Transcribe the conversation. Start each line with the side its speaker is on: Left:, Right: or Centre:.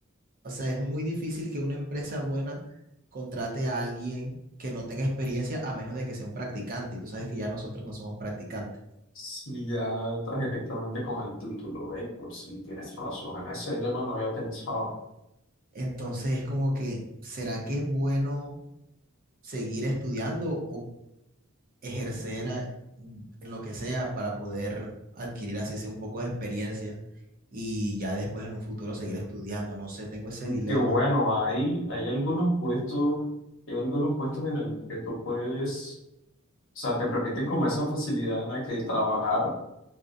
Right: O sea, es muy difícil que una empresa buena contrate a alguien que no tenga experiencia a menos de que sea un practicante. Y tú sabes que ya nosotros no somos practicantes.
Left: Si ya entras directamente con el título, eh, pues sí, tienes razón. En ese dilema no había pensado.
Right: Entonces es como que, ¿será que es bueno seguir estudiando o ejercer a- en lo que sea para poder adquirir así sea un poco de experiencia y ya después en un futuro seguir estudiando? No sé, tengo ese dilema.
Left: Que bueno, hay, hay algunos puestos, hay algunos puestos en el que tú puedes. O sea, te permiten como esa facilidad en la que trabajar